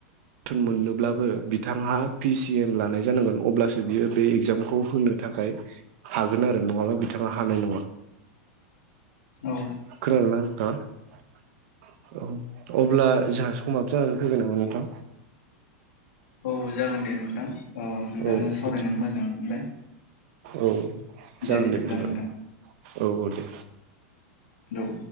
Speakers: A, on the right (about 60°); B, on the left (about 75°).
A: मोननोब्लाबो बिथाङा पिसि एम लानाय जानांगोन अब्लासो बियो बे एग्जामखौ होनो थाखाय हागोन आरो नङाबा बिथाङा हानाय नङा।
B: औ
A: खोना नोथाङा अब्ला जोंहा स समाबो जानानै फैगोन नामा नोंथां?
B: औ जागोन दे नोंथां नोंथां
A: औ
B: सावरायनानै
A: बिदि
B: मोजां मोनजोंमोनबाय।
A: औ जागोन
B: बिदिब्ला
A: दे बिदिबा
B: नोंथां
A: औ औ दे।
B: औ